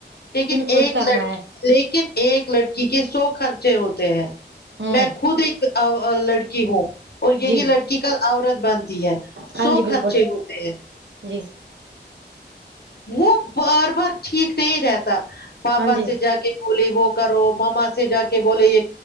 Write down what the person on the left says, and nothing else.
لیکن
ایک
لڑکی
لیکن ایک لڑکی کے سو خرچے ہوتے ہیں
میں خود ایک ا لڑکی ہو اور یہی
لڑکی کل عورت بنتی ہے
سو
خرچے ہوتے ہیں
وہ بار بار ٹھیک نہیں رہتا پاپا
سے جا کے بولے وہ کرو ماما سے جا کے بولے یہ